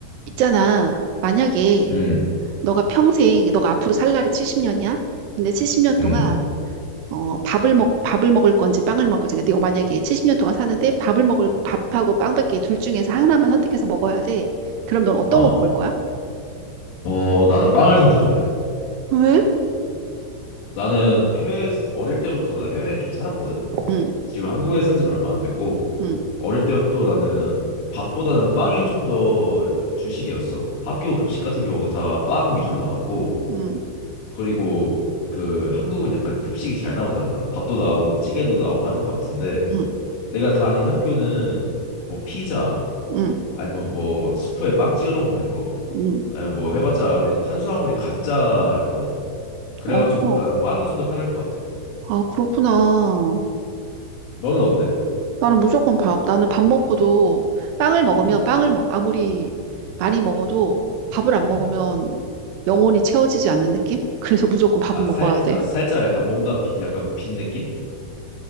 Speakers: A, on the right (about 80°); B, on the left (about 85°).
A: 있잖아. 만약에
B: 응,
A: 너가 평생, 너가 앞으로 살 날이 70년이야? 근데 70년 동안
B: 응,
A: 어, 밥을 먹, 밥을 먹을 건지 빵을 먹을 건지. 그러 네가 만약에 70년 동안 사는데 밥을 먹을 밥하고 빵밖에 둘 중에서 하나만 선택해서 먹어야 돼. 그럼 넌 어떤
B: 어.
A: 거 먹을 거야?
B: 어, 나는 빵을 선택할래.
A: 왜?
B: 나는 해외, 어릴 때부터 난 해외에 좀 살았거든.
A: 응,
B: 지금 한국에 산 지는 얼마 안 됐고,
A: 응,
B: 어릴 때부터 나는 밥보다는 빵에 좀 더 주식이었어. 학교
A: 어,
B: 급식 같은 경우도 다 빵 위주로 나왔고,
A: 응,
B: 그리고 그 한국은 약간 급식이 잘 나오잖아. 밥도 나오고 찌개도 나오고 하는 것 같은데,
A: 응,
B: 내가 다닌 학교는 뭐 피자,
A: 응,
B: 아니면 뭐 스프에 빵 찍어 먹는 거,
A: 응.
B: 아니면 뭐 해봤자 우리 탄수화물이 감자였거든. 그래가지고
A: 어,
B: 나는 빵이 좀 더 편할 것 같아.
A: 아, 그렇구나.
B: 너는 어때?
A: 나는 무조건 밥. 나는 밥 먹고도 빵을 먹으면
B: 음,
A: 빵을 먹- 아무리 많이 먹어도 밥을 안 먹으면
B: 음.
A: 영혼이 채워지지 않는 느낌? <laughs> 그래서 무조건 밥은
B: 아, 살,
A: 먹어야 돼.
B: 아, 살짝 약간 뭔가 비, 약간 빈 느낌?